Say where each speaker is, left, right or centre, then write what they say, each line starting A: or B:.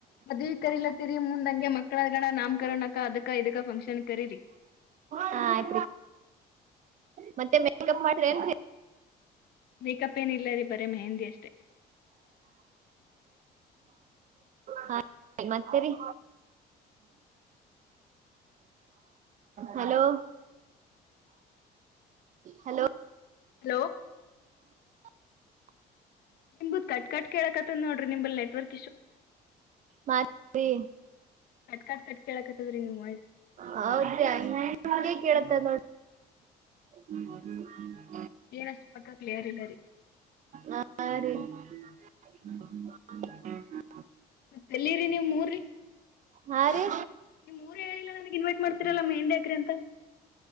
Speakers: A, on the left; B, on the right.
A: ಮದ್ವಿ ಕರಿಲತ್ತೀರಿ ಮುಂದ್ಂಗೆ ಮಕ್ಳಗಣ ನಾಮಕರಣಕ್ಕ ಅದಕ್ಕ ಇದಕ್ಕ ಫಂಕ್ಷನ್ ಕರೀರಿ. <inaudible>
B: ಹಾ ಆಯ್ತ್ರಿ. ಮತ್ತೆ ಮೇಕಪ್ ಮಾಡ್ರ ನೆನ್ರ್.
A: ಮೇಕಪ್ ಏನಿಲ್ಲ ರೀ ಬರೇ ಮೆಹಂದಿ ಅಷ್ಟೆ.
B: ಹ ಮತ್ತರಿ. ಹಲೋ. ಹಲೋ.
A: ಹಲೋ ನಿಮ್ದ್ ಕಟ್ ಕಟ್ ಕೇಳಕತ್ತತ್ ನೋಡ್ರಿ ನಿಂಬ ನೆಟ್ವಕ್
B: ಮಾತ್ರಿ.
A: ಕಟ್ ಕಟ್ ಕಟ್ ಕೇಳಕತ್ತದ್ರಿ ನಿಮ್ ವಾಯ್ಸ್
B: ಹೌದರೀ ಅಂಗೆ ಕೇಳತ್ತೆ ನೋಡಿ. ಹ <inaudible>
A: ಏನಷ್ಟು ಪಕ್ಕ ಕ್ಲಿಯರ್ ಇಲ್ಲರಿ.
B: ಹಾ ರೀ <inaudible>
A: ಮತ್ತ ಎಲ್ಲಿರಿ ನೀಮ್ಮೂರಿ.
B: ಹಾ ರೀ
A: ನಿಮ್ ಊರು ಹೇಳಿಲ್ಲ ನನ್ಗ್ ಇನ್ಟ್ ಮಾಡ್ತಿರಲ್ಲ ಮೆಹನ್ ಅಕ್ರೆ ಅಂತ